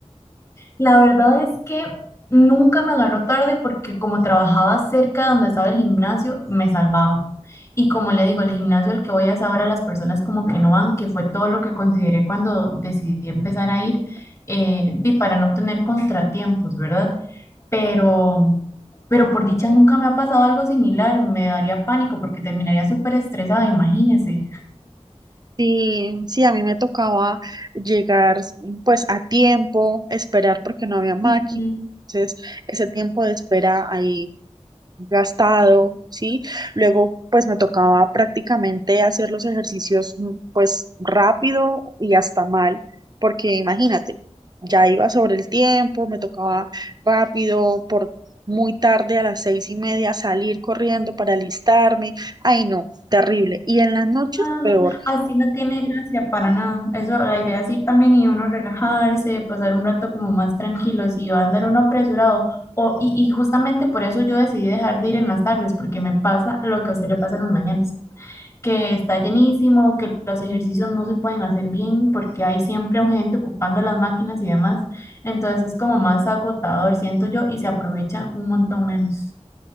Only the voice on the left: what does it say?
La verdad es que nunca me agarró tarde porque como trabajaba cerca de donde estaba el gimnasio, me salvaba. Y como le digo, el gimnasio al que voy a es ahora las personas como que no van, que fue todo lo que consideré cuando decidí empezar a ir, eh, y para no tener contratiempos, ¿verdad? pero, pero por dicha nunca me ha pasado algo similar, me daría pánico porque terminaría súper estresada, imagínese.
Ujú.
No, no,
así no tiene gracia para nada. Eso, la idea es ir también y uno relajarse, pasar un rato como más tranquilo, si va a andar uno apresurado. O, y, y justamente por eso yo decidí dejar de ir en las tardes, porque me pasa lo que a usted le pasa en las mañanas. que está llenísimo, que los ejercicios no se pueden hacer bien porque hay siempre gente ocupando las máquinas y demás. Entonces es como más agotador, siento yo, y se aprovecha un montón menos.